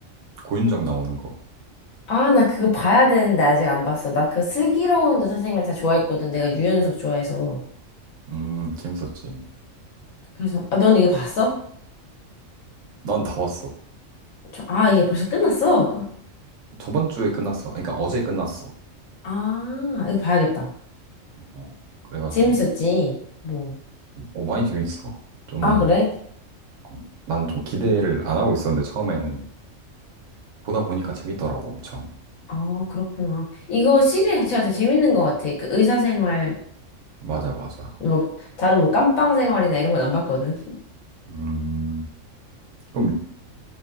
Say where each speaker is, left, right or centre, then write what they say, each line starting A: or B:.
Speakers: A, on the right; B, on the left.
A: 고윤정 나오는 거.
B: 아, 나 그거 봐야 되는데 아직 안 봤어. 나 그 슬기로운 의사생활 다 좋아했거든. 내가 유연석 좋아해서.
A: 음, 재밌었지.
B: 그래서 아, 넌 이거 봤어?
A: 난 다 봤어.
B: 저, 아, 이게 벌써 끝났어?
A: 저번 주에 끝났어. 아니, 그러니까 어제 끝났어.
B: 아, 이거 봐야겠다.
A: 어, 그래가지고,
B: 재밌었지. 뭐.
A: 어, 많이 재밌어. 좀
B: 아, 그래?
A: 음, 난좀 기대를 안 하고 있었는데 처음에는 보다 보니까 재밌더라고 엄청.
B: 아, 그렇구나. 이거 시리즈 자체가 되게 재밌는 것 같아. 그 의사생활은
A: 맞아 맞아.
B: 막 다른 뭐 깜빵 생활이나 이런 건 안 봤거든.
A: 음 그럼